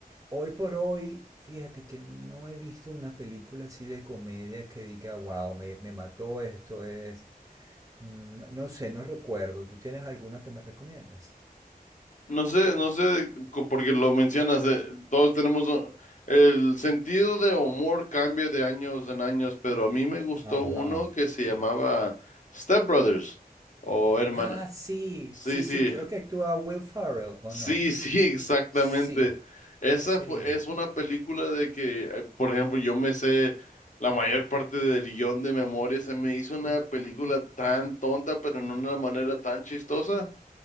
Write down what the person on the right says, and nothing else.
Hoy por hoy, fíjate que no he visto una película así de comedia que diga, wow, me, me mató esto, es... mm, No sé, no recuerdo. ¿Tú tienes alguna que me recomiendes?
Ajá.
Ah, sí,
sí,
sí, creo que actúa Will Ferrell, ¿o
no?
Sí,
sí,